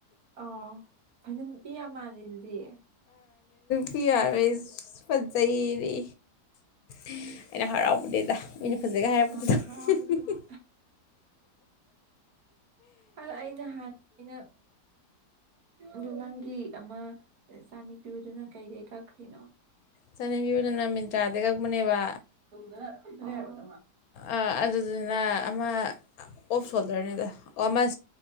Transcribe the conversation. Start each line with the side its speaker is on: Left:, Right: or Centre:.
Right: ꯑ ꯑꯗ ꯅꯨꯄꯤ ꯌꯥꯝ ꯃꯥꯜꯂꯤꯗꯨꯗꯤ
Left: ꯄꯤ ꯑꯥꯔ ꯔꯣꯏꯁ ꯐꯖꯩꯔꯤ ꯑꯩꯅ ꯍꯔꯥꯎꯕꯅꯤꯗ ꯑꯩꯅ ꯐꯖꯩꯒ ꯍꯥꯏꯔꯛꯄꯗꯨꯗ
Right: ꯃꯥꯅ ꯍꯔꯥꯎꯔꯦ
Left: ꯍꯨꯝ
Right: ꯑꯗꯨꯗꯨꯅ
Left: ꯍꯨꯝ
Right: ꯑꯥ ꯑꯩ ꯅꯍꯥꯟ ꯑꯩꯅ ꯑꯗꯨ ꯅꯪꯒꯤ ꯑꯃ ꯆꯥꯅꯤꯄꯤꯕꯗꯨꯅ ꯀꯩꯗꯩ ꯀꯛꯈ꯭ꯔꯤꯅꯣ
Left: ꯆꯠꯅꯤꯄꯤꯕꯗꯨꯅ ꯃꯤꯟꯇ꯭ꯔꯥꯗꯩ ꯀꯛꯄꯅꯦꯕ
Right: <unintelligible>
Left: ꯑ ꯥꯑꯗꯨꯗꯨꯅ ꯑꯃ ꯑ ꯑꯣꯐ ꯁꯣꯜꯗꯔꯅꯦꯗ ꯑꯣ ꯑꯃ